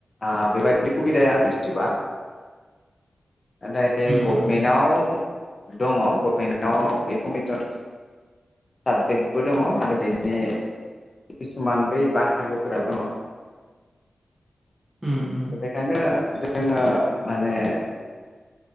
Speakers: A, on the left; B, on the right.
A: आ बेबायदिनो खुबिदाया गैजुबा नाथाय
B: उम
A: गभमेन्टआव
B: उम
A: दङ गभमेन्टआव बे कम्पिटार साबजेक्टबो दङ आरो बेनि किसुमान बै बाहागोफोराबो दङ।
B: उम उम
A: दा बेखायनो जों जोङो माने <inaudible>